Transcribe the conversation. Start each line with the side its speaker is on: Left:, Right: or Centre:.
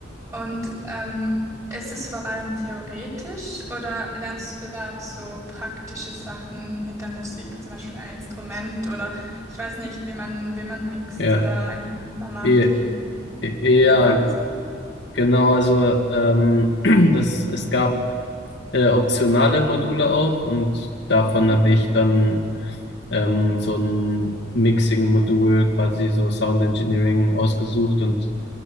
Right: Und ähm, ist es vor allem theoretisch oder lernst du da auch so praktische Sachen in der Musik, zum Beispiel ein Instrument oder ich weiß nicht, wie man, wie man mixt
Left: Ja,
Right: oder ein Master macht?
Left: e
Right: Wie,
Left: e-
Right: wie
Left: ja,
Right: war das?
Left: genau. Also ähm, <clears throat> das es gab äh, optionale Module auch und davon
Right: Mhm.
Left: habe ich dann ähm, so ein Mixing-Modul, quasi so Sound Engineering ausgesucht und